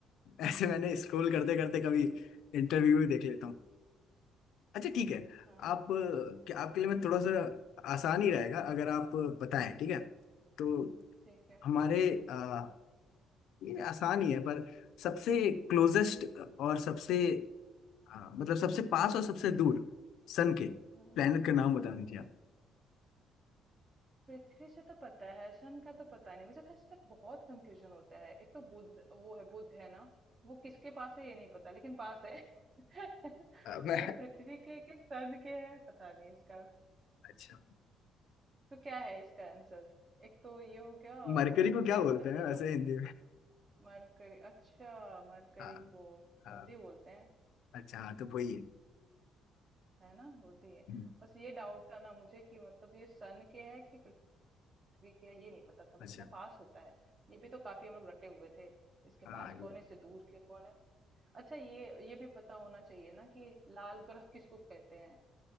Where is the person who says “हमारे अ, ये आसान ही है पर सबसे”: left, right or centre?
Left